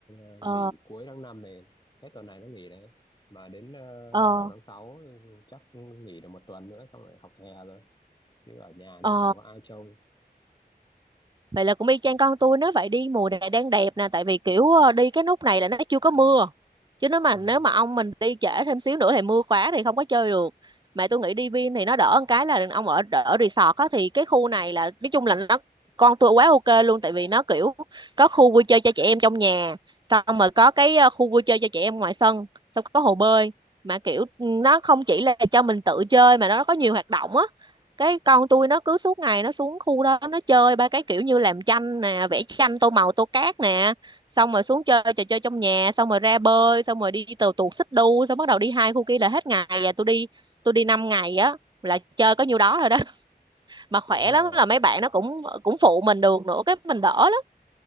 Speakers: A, on the left; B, on the right.
A: ờ,
B: ờ
A: nghỉ cuối tháng năm này hết tuần này nó nghỉ đấy mà đến ờ,
B: ờ
A: đầu tháng 6 chắc nghỉ được một tuần nữa xong rồi học hè rồi chứ ở nhà
B: ờ
A: thì cũng chẳng có ai trông
B: vậy là cũng y chang con tôi nếu vậy đi mùa này đang đẹp nè tại vì kiểu ờ, đi cái nút này là nó chưa có mưa chứ nếu mà
A: ừ,
B: nếu mà ông mình đi trễ thêm xíu nữa thì mưa quá thì không có chơi được mà tôi nghĩ đi Vin thì nó đỡ một cái là ông ở ở resort á thì cái khu này là nói chung là nó con tôi quá ok luôn tại vì nó kiểu có khu vui chơi cho trẻ em trong nhà xong rồi có cái ờ, khu vui chơi cho trẻ em ngoài sân xong có hồ bơi mà kiểu nó không chỉ là cho mình tự chơi mà nó có nhiều hoạt động á cái con tôi nó cứ suốt ngày nó xuống khu đó nó chơi ba cái kiểu như làm tranh nè vẽ tranh tô màu tô cát nè xong rồi xuống chơi trò chơi trong nhà xong rồi ra bơi xong rồi đi tàu tuột xích đu xong bắt đầu đi hai khu kia là hết ngày và tôi đi tôi đi 5 ngày á là chơi có nhiêu đó rồi đó <laughs> mà khỏe
A: kiểu rồi
B: lắm là mấy bạn nó cũng cũng phụ mình được nữa cái mình đỡ lắm